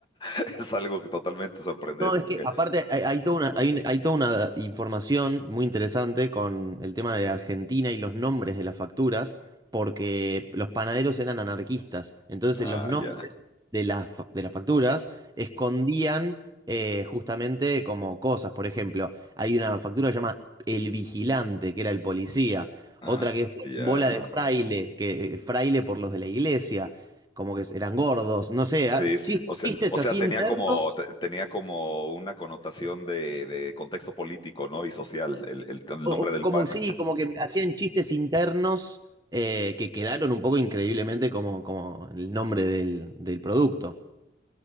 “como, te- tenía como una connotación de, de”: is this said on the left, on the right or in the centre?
Left